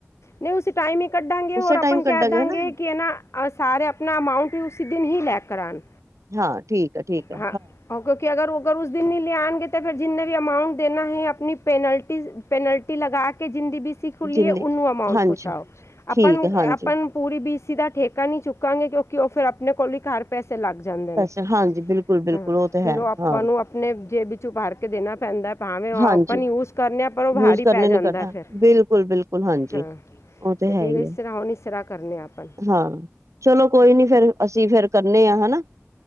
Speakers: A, on the left; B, on the right.
A: ਨਹੀਂ ਉਸ ਟਾਈਮ ਹੀ ਕੱਢਾਂਗੇ
B: ਉਸੇ
A: ਹੋਰ ਆਪਾਂ
B: ਟਾਈਮ ਕੱਢਾਂਗੇ
A: ਕਹਿ ਦਾਂਗੇ
B: ਹਨਾ
A: ਕਿ ਨਾ ਸਾਰੇ ਆਪਣਾ ਅਮਾਊਂਟ ਹੀ। ਉਸੀ ਦਿਨ ਹੀ ਲੈ ਕਰ ਆਉਣ।
B: ਹਾਂ ਠੀਕ ਹੈ ਠੀਕ ਹੈ
A: ਹਾਂ ਕਿਉਂਕਿ ਅਗਰ ਉਹ। ਉਸ ਦਿਨ ਨਹੀਂ ਲੈ ਆਉਣਗੇ ਤਾਂ ਫਿਰ ਜਿੰਨੇ ਵੀ ਅਮਾਊਂਟ ਦੇਣਾ ਹੈ ਆਪਣੀ ਪੈਨਲਟੀ ਪੈਨਲਟੀ ਲਗਾ ਕੇ ਜੋ। ਜਿੰਨਦੀ ਬੀਸੀ ਖੁੱਲੀ
B: ਜਿੰਨੀ
A: ਏ ਉਹਨੂੰ ਅਮਾਊਂਟ
B: ਹਾਂਜੀ
A: ਪਹੁੰਚਾਓ
B: ਠੀਕ
A: ਆਪਾਂ ਨੂੰ
B: ਹੈ ਹਾਂਜੀ
A: ਆਪ ਪੂਰੀ ਬੀਸੀ। ਦਾ ਠੇਕਾ ਨਹੀਂ ਚੁੱਕਾਂਗੇ ਕਿਉਂਕਿ ਉਹ ਫਿਰ ਆਪਣੇ ਕੋਲ ਹੀ ਘਰ ਪੈਸੇ ਲੱਗ ਜਾਂਦੇ
B: ਪੈਸੇ
A: ਨੇ।
B: ਹਾਂਜੀ ਬਿਲਕੁਲ ਬਿਲਕੁਲ
A: ਹਾਂ
B: ਤਾਂ
A: ਫਿਰ
B: ਹੈ
A: ਉਹ ਆਪਾਂ
B: ਹਾਂ
A: ਨੂੰ ਆਪਣੇ ਜੇਬ ਵਿੱਚਓ ਭਾਰ ਕੇ ਦੇਣਾ ਪੈਂਦਾ ਏ ਭਾਵੇਂ ਓਪਨ
B: ਹਾਂਜੀ
A: ਯੂਜ ਕਰਨੇ ਆ ਪਰ ਉਹ ਭਾਰੀ
B: ਯੂਜ ਕਰਨੇ
A: ਪੈ
B: ਨੀ
A: ਜਾਂਦਾ
B: ਕਰਦਾ
A: ਫਿਰ
B: ਬਿਲਕੁਲ ਬਿਲਕੁਲ ਹਾਂਜੀ
A: ਹਾਂ।
B: ਉਹ
A: ਤੇ ਫਿਰ
B: ਹੈ ਹੀ
A: ਇਸਤਰ੍ਹਾਂ
B: ਹੈ
A: ਹੁਣ ਇਸਤਰਾਂ ਕਰਨੇਆ ਆਪ।
B: ਹਾਂ ਚਲੋ ਕੋਈ ਨੀ ਫੇਰ ਅਸੀਂ ਫੇਰ ਕਰਨੇ ਆ ਹੈਨਾ।